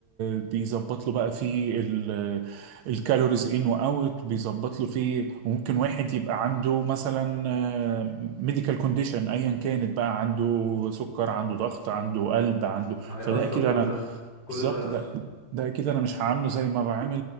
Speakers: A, on the right; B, on the left.
A: بيظبط له بقى فيه ال- الكالوريز ان واوت بيظبط له فيه وممكن واحد يبقى عنده مثلا ميديكال كونديشن ايا كانت بقى عنده سكر عنده ضغط عنده قلب عنده
B: هيأثر
A: فده اكيد
B: كل
A: انا
B: ده
A: بالظبط
B: كل ده هيأثر
A: ده ده اكيد انا مش هعامله زي ما بعامل